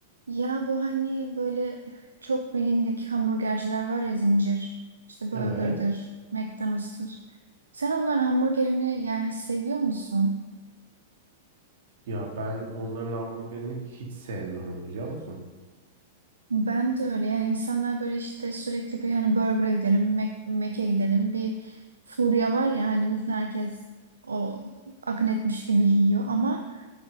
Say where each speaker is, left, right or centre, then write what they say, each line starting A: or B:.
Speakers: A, on the right (about 70°); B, on the right (about 55°).
A: Ya bu hani böyle çok bilindik hamburgerciler var ya zincir. İşte Burger'dır,
B: Evet.
A: McDonald's'tır. Sen onların hamburgerini yani seviyor musun?
B: Ya ben onların hamburgerini hiç sevmiyorum biliyor musun?
A: Ben de öyle yani insanlar böyle işte sürekli bir hani Burger'a gidelim, Mac, Mac'e gidelim. Bir furya var ya hani bütün herkes o akın etmiş gibi yiyor ama